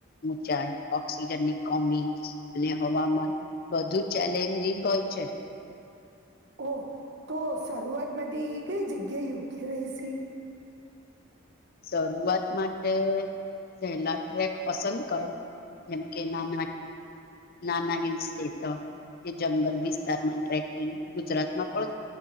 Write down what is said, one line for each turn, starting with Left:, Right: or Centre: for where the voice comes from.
Left: ઊંચાઈ, ઓક્સિજનની કોમી અને હવામાન બધું ચેલેન્જિંગ હોય છે.
Right: ઓ તો શરૂઆત માટે કંઈ જગ્યા યોગ્ય રહેશે?
Left: શરૂઆત માટે સેલા ટ્રેક પસંદ કર જેમકે ના નાના હિલ સ્ટેશન કે જંગલ વિસ્તારમાં ટ્રેકિંગ ગુજરાતમાં પણ